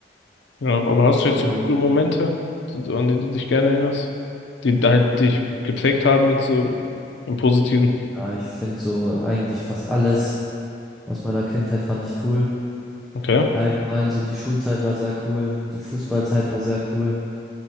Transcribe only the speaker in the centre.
ähm,
ja, ich finde so eigentlich fast alles aus meiner Kindheit fand ich cool.
Allgemein so die Schulzeit war sehr cool, die Fußballzeit war sehr cool.